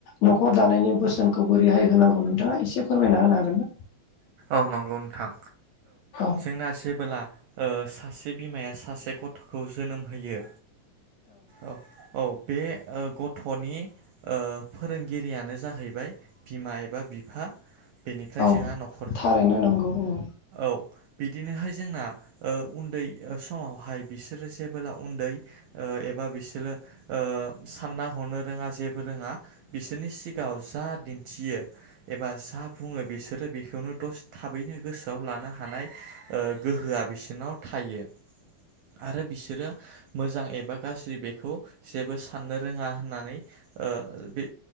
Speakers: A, on the left (about 75°); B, on the right (about 80°).
A: नखर दानायनि बोसोनखौबो बोरैहाय होनांगौ नोंथाङा एसे फोरमायना होनो हागोन ना?
B: औ नंगौ नोंथां
A: औ
B: जोंना जेबोला ओ सासे बिमाया सासे गथखौ जोनोम होयो औ औ बे ओ गथनि ओ फोरोंगिरियानो जाहैबाय बिमा एबा बिफा बेनिफ्राय
A: औ
B: जोंहा नख
A: थारैनो नांगौ ओं
B: बिदिनोहाय जोंना ओ उन्दै समावहाय बिसोरो जेबोला उन्दै ओ एबा बिसोरो ओ सानना हनो रोङा जेबो रोङा बिसोरनि सिगाङाव जा दिन्थियो एबा जा बुङो बेसोरो बेख बेखौनो दसे थाबैनो गोसोआव लानो हानाय गोहोआ ओ बिसनाव थायो आरो बिसोरो मोजां एबा गाज्रि बेखौ जेबो साननो रोङा होननानै ओ बे